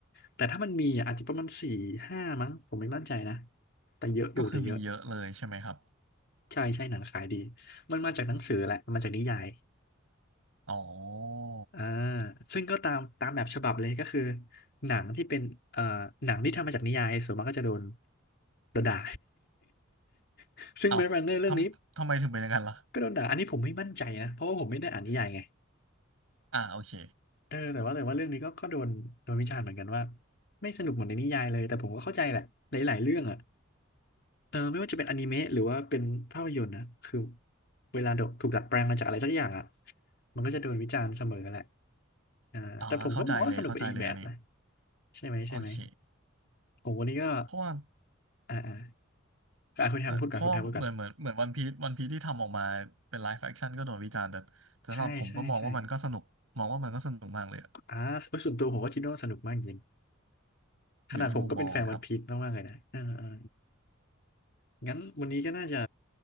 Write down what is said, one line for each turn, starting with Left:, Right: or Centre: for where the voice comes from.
Left: แต่ถ้ามันมีอ่ะอาจจะประมาณสี่ห้ามั้งผมไม่มั่นใจนะ แต่เยอะอยู่แต่เยอะ
Right: ก็คือมีเยอะเลยใช่ไหมครับ
Left: ใช่ใช่หนังขายดีมันมาจากหนังสือแหละมันมาจากนิยาย
Right: อ๋อ
Left: อ่าซึ่งก็ตามตามแบบฉบับเลยก็คือหนังที่เป็นเอ่อหนังที่ทำมาจากนิยายส่วนมากก็จะโดนโดนด่า <laughs> ซึ่ง
Right: เอ้า
Left: Maze Runner เรื่องนี้
Right: ทำทำไมถึงเป็นอย่างนั้นล่ะ
Left: ก็โดนด่าอันนี้ผมไม่มั่นใจนะเพราะว่าผมไม่ได้อ่านนิยายไง
Right: อ่าโอเค
Left: เออแต่ว่าแต่ว่าเรื่องนี้ก็ก็โดนโดนวิจารณ์เหมือนกันว่าไม่สนุกเหมือนในนิยายเลยแต่ผมก็เข้าใจแหละหลายๆเรื่องอ่ะเออไม่ว่าจะเป็นอนิเมะหรือว่าเป็นภาพยนตร์นะคือเวลาโดนถูกดัดแปลงมาจากอะไรสักอย่างอ่ะมันก็จะโดนวิจารณ์เสมอแหละอ่าแต่ผมก็มองว่าสนุกไปอีกแบบนะ
Right: อ่าเข้าใจเลยเข้าใจเลยอันนี้
Left: ใช่ไหมใช่ไหม
Right: โอเค
Left: ผมวันนี้ก็
Right: เพราะว่า
Left: อ่าอ่าก็อ่ะคุณแทมพูดก่อนคุณแทมพูดก่อน
Right: เพราะเหมือนเหมือนเหมือนวันพีซวันพีซที่ทำออกมาเป็นไลฟ์แอคชั่นก็โดนวิจารณ์แต่แต่สำหรับผมก็มองว่ามันก็สนุกมองว่ามันก็สนุกมากเลยอะ
Left: ใช่ใช่ใช่อ่าเอยส่วนตัวผมก็คิดว่าสนุกมากจริง ขนาดผมก็เป็นแฟนวันพีชมากๆเลยนะอ่าอ่า
Right: อยู่ที่มุมมองครับ
Left: งั้นวันนี้ก็น่าจะ